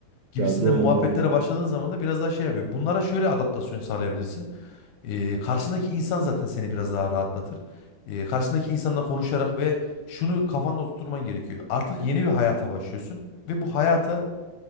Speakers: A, on the left; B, on the right.
A: gibisinden
B: Ya, doğru,
A: muhabbetlere
B: doğru.
A: başladığın zaman da biraz daha şey yapıyor. Bunlara şöyle adaptasyon sağlayabilirsin. E, karşındaki insan zaten seni biraz daha rahatlatır. E, karşındaki insanla konuşarak ve şunu kafanda oturtman gerekiyor. Artık yeni bir hayata başlıyorsun ve bu hayata